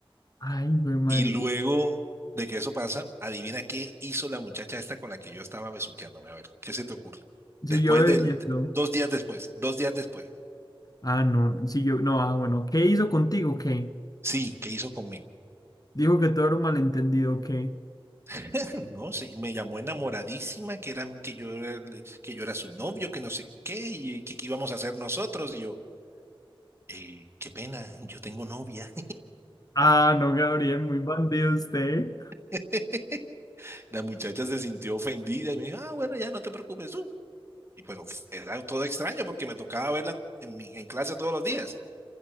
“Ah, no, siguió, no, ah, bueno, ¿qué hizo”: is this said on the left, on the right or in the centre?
Left